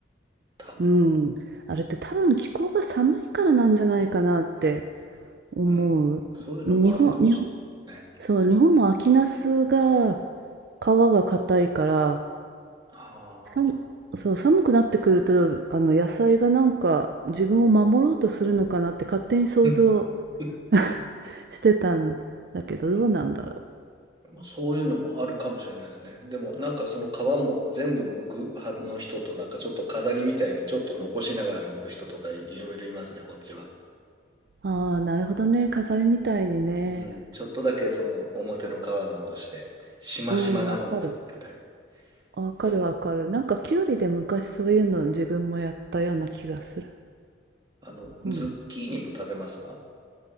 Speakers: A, on the right; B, on the right.
A: 多分。
B: うん。あれって多分気候が寒いからなんじゃないかなって思う。
A: うん。そういうのもあるかもしれないね。
B: 日本、日本、そう、日本も秋ナスが皮が硬いから、
A: はあ。
B: さんそう、寒くなってくると、あの野菜がなんか自分を守ろうとするのかなって勝手に想像
A: うんうん
B: <laughs> してたんだけど、
A: うん
B: どうなんだろ
A: まあそういうのもあるかもしれないですね。でもなんかその皮も全部剥く派の人となんかちょっと飾りみたいにちょっと残しながら剥く人とかい、いろいろいますね、こっちは。
B: う。ああ、なるほどね。飾りみたいにね。
A: うん。ちょっとだけその表の皮残して、しましまなのを作ってたり。
B: うん、わかる。わかるわかる。
A: でも、
B: なんかキュウリで昔そういうの自分もやったような気がする。
A: うんあの、ズッキーニも食べますか
B: うん。